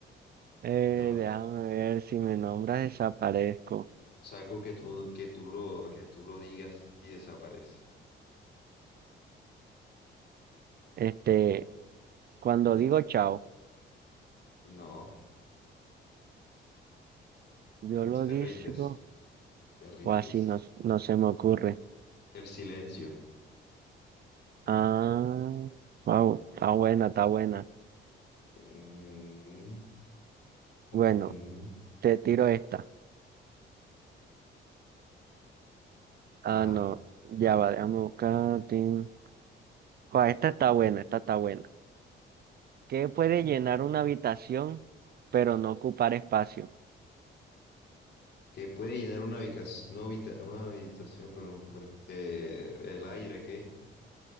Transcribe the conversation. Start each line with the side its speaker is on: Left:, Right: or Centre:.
Right: Eh,
Left: no.
Right: déjame ver, si me nombras, desaparezco.
Left: O sea, algo que tú, que tú lo, que tú lo digas y desaparece.
Right: Este,
Left: Ajá.
Right: cuando
Left: O
Right: digo
Left: sea,
Right: chao,
Left: no,
Right: yo lo
Left: te
Right: digo,
Left: rindes, te rindes.
Right: o así no, no se me ocurre.
Left: El silencio.
Right: Ah, wow, está buena, está buena.
Left: Mm, ujú.
Right: Bueno, te tiro esta. Ah,
Left: Ajá.
Right: no, ya va, déjame buscar. tin. Guau, esta está buena, esta está buena. ¿Qué puede llenar una habitación, pero no ocupar espacio?
Left: Que puede llenar una habitación, una habita- una habitación, pero no ocupar eh, el aire, ¿qué?